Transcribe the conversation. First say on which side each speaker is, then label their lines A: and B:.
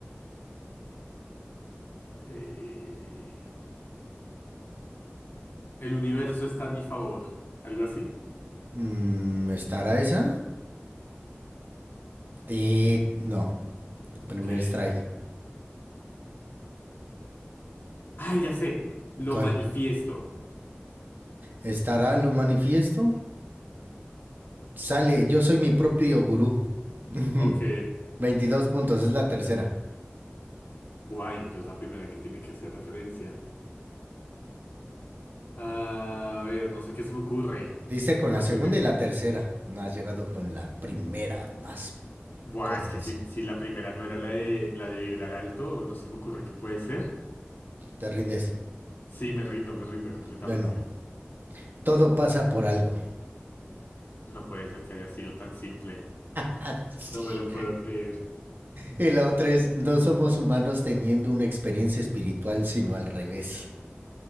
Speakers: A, on the left; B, on the right.
A: Eh, el universo está a mi favor. ¿Algo así?
B: Mm, ¿Estará esa? Ti- no,
A: Ok.
B: primer strike.
A: ¡Ay, ya sé! Lo
B: ¿Cuál?
A: manifiesto.
B: ¿Estará lo manifiesto? Sale, yo soy mi propio gurú. <laughs>
A: Ok.
B: 22 puntos, es la tercera.
A: Buah, y entonces la primera que tiene que hacer referencia. Ah, A ver, no sé qué se me ocurre.
B: Dice con la
A: La
B: segunda
A: primera.
B: y la tercera. No has llegado con la primera, más
A: Buah,
B: poderosa.
A: es que si, si la primera no era la de, la de vibrar alto, no se me ocurre qué puede ser.
B: Te rindes.
A: Sí, me rindo, me rindo completamente.
B: Bueno, todo pasa por algo.
A: No puede ser que haya sido tan simple.
B: Así.
A: No me lo puedo creer.
B: Y la otra es, no somos humanos teniendo una experiencia espiritual, sino al revés.